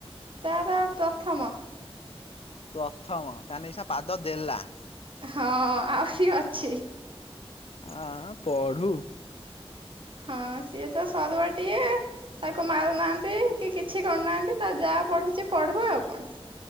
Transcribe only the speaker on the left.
ପ୍ରଥମ ତାହେନେ ଏସା ପାଦ ଦେଲା।
ଆଁ -ପଢୁ।